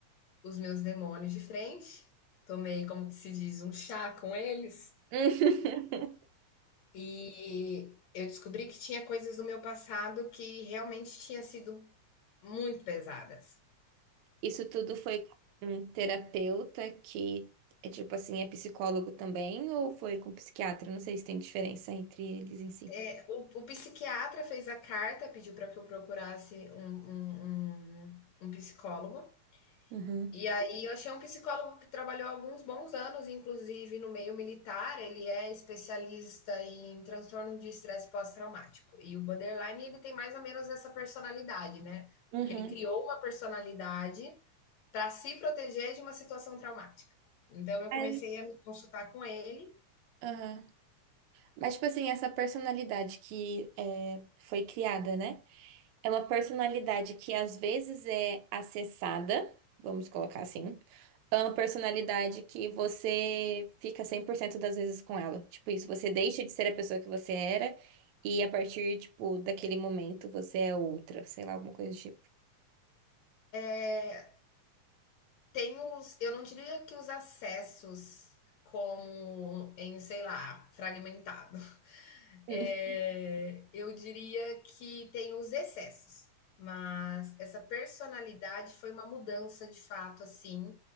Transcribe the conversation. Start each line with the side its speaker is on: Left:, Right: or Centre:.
Left: os meus demônios de frente, tomei, como que se diz, um chá com eles
Right: <laughs>
Left: E eu descobri que tinha coisas do meu passado que realmente tinha sido muito pesadas.
Right: Isso tudo foi com um terapeuta que é tipo assim, é psicólogo também, ou foi com psiquiatra? Não sei se tem diferença entre eles em si.
Left: É, o, o psiquiatra fez a carta, pediu para que eu procurasse um, um, um, um psicólogo.
Right: Uhum.
Left: E aí eu achei um psicólogo que trabalhou alguns bons anos, inclusive, no meio militar. Ele é especialista em transtorno de estresse pós-traumático. E o borderline, ele tem mais ou menos essa personalidade, né?
Right: Uhum.
Left: Porque ele criou uma personalidade para se proteger de uma situação traumática. Então eu comecei
Right: É.
Left: a me consultar com ele.
Right: Aham. Mas, tipo assim, essa personalidade que é, foi criada, né? É uma personalidade que às vezes é acessada, vamos colocar assim. É uma personalidade que você fica 100% das vezes com ela. Tipo isso, você deixa de ser a pessoa que você era e a partir, tipo, daquele momento você é outra, sei lá, alguma coisa do tipo.
Left: É, tem os, eu não diria que os acessos como em, sei lá, fragmentado.
Right: Hum.
Left: É, eu diria que tem os excessos, mas essa personalidade foi uma mudança de fato, assim,